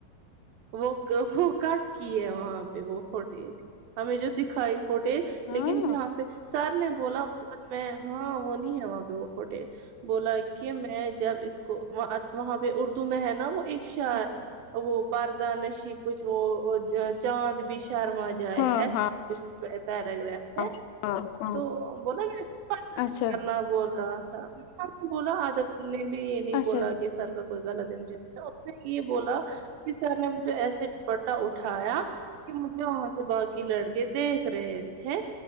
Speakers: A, on the right; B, on the left.
A: وہ وہ کٹ کی ہے وہاں پہ وہ فوٹیج ہمیں جو دکھائی فوٹیج
B: ہاں
A: لیکن یہاں پہ سر نے بولا میں ہاں وہ نہیں ہے وہاں پہ وہ فوٹے بولا کہ میں جب اس کو وہاں پہ اردو میں ہے نا وہ ایک شعر وہ پردہ نشی کچھ جو چاند بھی شرما جائےس
B: ہاں ہاں
A: پیراگراف
B: ہاں
A: ہے
B: ہاں
A: تو بولا میں اس
B: اچھا
A: کرنا بول رہا تھا نے بولا آد جی <unintelligible> بھی یہ نہیں
B: اچھا
A: بولا کہ سر کا کوئی گل دین ج اے کی یہ بولا کہ سر نے مجھے ایسے دپٹہ اٹھ اٹھایا کہ مجھے وہاں سے با لڑکے دیکھ رہے تھے